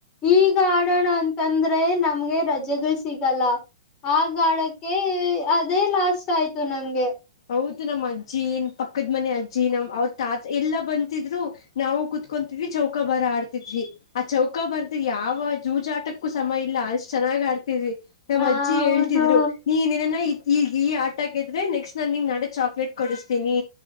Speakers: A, on the left; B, on the left.
A: ಈಗ ಗಾರ್ಡಣ ಅಂತಂದ್ರೆ ನಮ್ಗೆ ರಜೆಗಳು ಸಿಗಲ್ಲ ಆ ಗಾರ್ಡಕ್ಕೆ ಅದೇ ಲಾಸ್ಟ್ ಆಯ್ತು ನಮ್ಗೆ
B: ಹೌದು ನಮ್ಮ್ ಅಜ್ಜಿ ಪಕ್ಕದ ಮನೆ ಅಜ್ಜಿ ನಮ್ ಅವ್ರ ತಾತ ಎಲ್ಲಾ ಬಂತಿದ್ರು ನಾವು ಕುೂತ್ಕೊವಿ ವಿ ಚೌಕಾ ಬರ ಆಡ್ತಿದ್ವಿ ಆ ಚೌಕ ಬರ ಯಾವ ಜೂಜಾಟಕ್ಕೂ ಸಮಯ ಇಲ್ಲ ಅಷ್ಟ್ ಚೆನ್ನಾಗಿ ಆಡ್ತಿದ್ವಿ
A: ಹ
B: ನಮ್ಮ್ ಅಜ್ಜಿ
A: ಹೌದು
B: ಹೇಳ್ತಿದ್ರು ನೀನೇನಾನ ಈಗ ಈ ಆಟ ದ್ರೆ ನೆಕ್ಸ್ಟ್ ನಾನ ನಿಂಗ್ ನಾಡೆ ಚಾಕ್ಲೇಟ್ ಕೊಡಿಸ್ತೀನಿ